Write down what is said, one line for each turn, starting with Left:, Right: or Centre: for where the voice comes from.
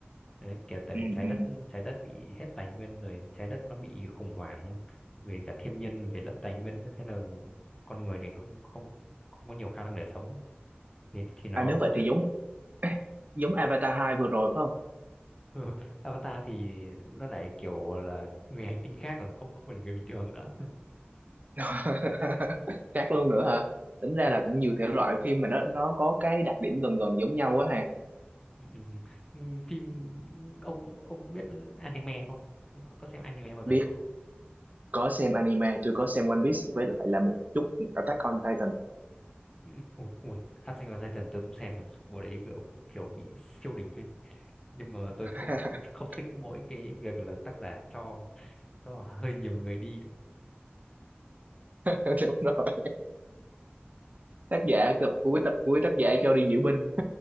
Left: đấy kể tại
Right: ừ,
Left: vì trái
Right: ừ.
Left: đất trái đất bị hết tài nguyên rồi trái đất nó bị khủng hoảng về cả thiên nhiên về lẫn tài nguyên nữa. thế là con người thì không không không có nhiều khả năng để sống ấy. thì thì nó
Right: À nếu
Left: câu
Right: vậy
Left: chuyện
Right: thì giống <coughs> giống Avatar hai vừa rồi phải không?
Left: <laughs> Avatar thì nó lại kiểu là người hành tinh khác rồi không không phải là người bình thường nữa
Right: <laughs> Khác luôn nữa hả? Tính ra
Left: <laughs>
Right: là cũng nhiều thể loại phim mà nó nó có cái đặc điểm gần gần giống nhau quá ha.
Left: Ừ, ừ, ừ. Ừ, phim ông ông biết anime không có, có xem anime bao giờ
Right: Biết
Left: không
Right: có xem anime, tôi có xem One Piece với lại là một chút Attack on Titan.
Left: Ừ, ui, ui Attack on Titan tôi cũng xem rồi bộ đấy kiểu kiểu bị siêu đỉnh ấy. nhưng mà tôi
Right: <laughs>
Left: không không không thích mỗi cái việc là tác giả cho cho hơi nhiều người đi thôi
Right: Đúng rồi. Tác giả cập cuối tập cuối tác giả cho đi diễu binh